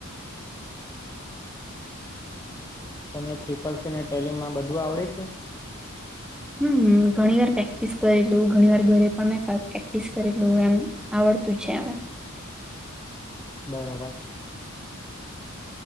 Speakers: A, on the left; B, in the centre.
A: તમને ત્રિપલ સી ને ટેલીમાં બધું આવડી ગ્યુ
B: હમ હમ ઘણી વાર પ્રેક્ટિસ કરેલું ઘણી વાર ઘરે પણ મેં પ્રેક્ટિસ કરેલું એમ આવડતું છે હવે
A: બરોબર